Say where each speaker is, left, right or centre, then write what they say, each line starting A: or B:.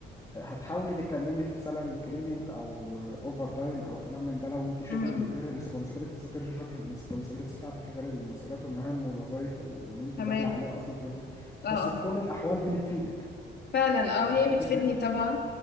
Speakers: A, on the left; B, on the left.
A: هتحاولي تتكلمي في سالاري انكريمنت او اوفر تايم او كلام من ده لو انت شغل
B: امم
A: من غير الريسبونسابيلتيز غير الجوب الريسبونسابيلتيز بتاعتك غير المسؤوليات والمهام والوظائف اللي انت
B: تمام
A: داخله عليها اصلا في الوظيفه
B: اه
A: بس
B: اه
A: في كل الاحوال دي بتفيدك
B: فعلا
A: يعني
B: اه هي
A: انت
B: بتفيدني
A: بت...
B: طبعا